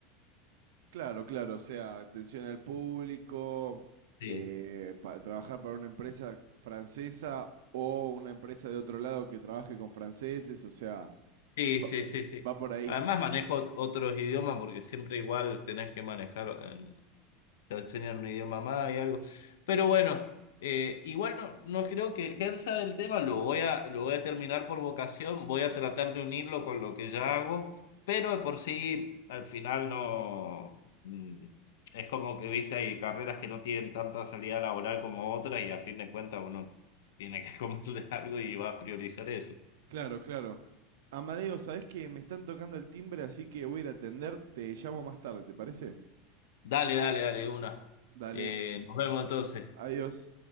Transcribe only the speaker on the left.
Sí,
sí, sí,
sí, sí.
Además manejo ot- otros idiomas porque siempre igual tenés que manejar te enseñan un idioma más y algo. Pero bueno, eh, igual no, no creo que ejerza el tema, lo voy a, lo voy a terminar por vocación, voy a tratar de unirlo con lo que ya hago, pero de por sí al final no... mm, Es como que, viste, hay carreras que no tienen tanta salida laboral como otras y a fin de cuentas uno tiene que <laughs> comer de algo y va a priorizar eso.
Dale, dale, dale, una.
Eh, nos vemos entonces.